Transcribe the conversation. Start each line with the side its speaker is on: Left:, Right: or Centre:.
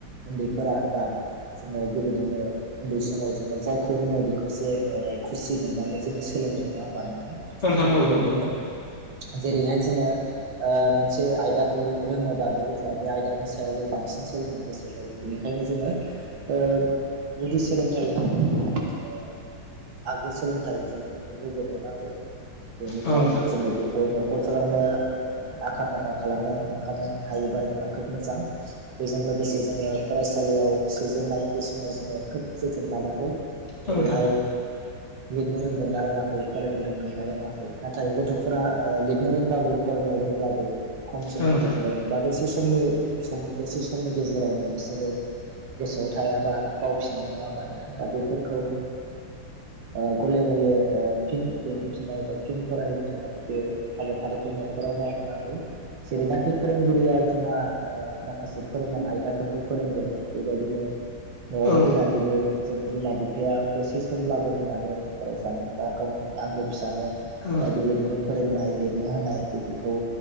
Right: उन्दैफोरा दा जोङो बेबायदिनो उन्दै समाव जोङो जायखौ रोंनाय बेखौसो ओ खुसि मोननानै जोङो सोलोंनो नङा ओमबा नोंथां थिग
Left: औ नोंथां औ
Right: बेबायदिनो
Left: नंगौ
Right: जेरैहाय जोङो ओ मोनसे आयदाखौ रोङोबा बे गथ'आ बे आयदानि सायावल' बांसिन सोलोंनो गोसो <unintelligible> बेनिखायनो जोङो ओ गुदि सोलोंथाइ होनायनि <unintelligible> जोङो आगु सोलोंथाइ जोङो बेखौ होगोरनोनांगौ बेनिफ्राय
Left: औ नोंथां
Right: जोङो बे खौ न'खरफोरावनो आखा फाखा खालामनानै हरखानो हायोबा जोङा खोब मोजां बेजों लोगोसे जोङो फरायसालियाव सोजेननाय बे समाव जोङो खोब जोथोन लानांगौ।
Left: औ
Right: जेरैहाय
Left: नोंथां
Right: लिरनो रोंदोंनाा रोङाखै फरायनो रों दोंना रोङाखै नाथाय गथ'फोरा ओ लिरनो रोंब्लाबो फरायनो रोंब्लाबो खम समनि
Left: औ नोंथां
Right: गेजेरावनो बा दसे समनि सम दसे समनि गेजेरावनो बिसोरो गोसोआव थायाबा बावफिनो नङा ओमबा नोंथां दा बेफोरखौ ओ गले गले ओ फिन लिरहोफिननाय बा फिन फरायहोफिननाय बे हाबाफारिखौ न'खराव मावनो नांगौ। जेरैनाखि फोरोंगिरिया जोंहा ओ माखासे फोरोंनां आयदाफोरखौ फोरोंगोन बेबायदिनो न'आव
Left: औ नोंथां औ
Right: फैनानैबो जों बिमा बिफाया दसे समब्लाबो होनानै फरायसानो बा गावनि आंगो फिसानो ओ
Left: औ
Right: बेबायदिनो फोरोंनाय लिरनो होनाय बेफोरखौ